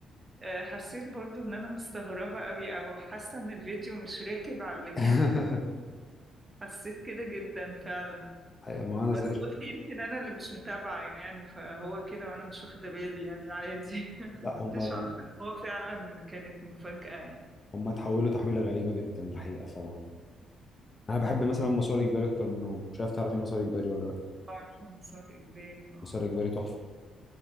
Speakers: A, on the right; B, on the left.
A: آه، حسيت برضو ان انا مستغربة قوي او حاسة ان الفيديو مش راكب على اللي كان
B: <laughs>
A: في دماغي حسيت كده جدا فعلا
B: حقيقة ما انا
A: بس
B: زي
A: قلت يمكن انا اللي مش متابعة يعني فهو كده وانا مش واخدة بالي يعني عادي <laughs>
B: لا
A: كنتش
B: هم
A: عارفة ان هو فعلا كانت مفاجأة يعني
B: هم اتحولوا تحويله غريبه جدا الحقيقه ف انا بحب مثلا مسار اجباري اكتر منهم مش عارف تعرفي مسار اجباري ولا لا
A: عارفة مسار اجباري اه
B: مسار اجباري تحفه